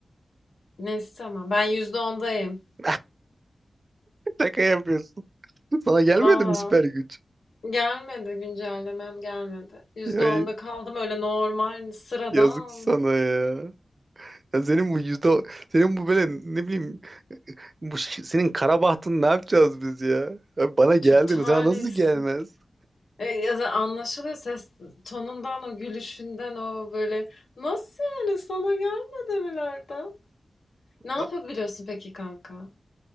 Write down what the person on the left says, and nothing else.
Neyse tamam. Ben yüzde ondayım.
Valla
gelmedi güncellemem gelmedi. Yüzde
onda kaldım öyle normal sıradan.
Çok talihsiz.
E, ya da anlaşılıyor ses tonundan, o gülüşünden, o böyle nasıl yani sana gelmedi milerden Ne yapabiliyorsun
peki kanka?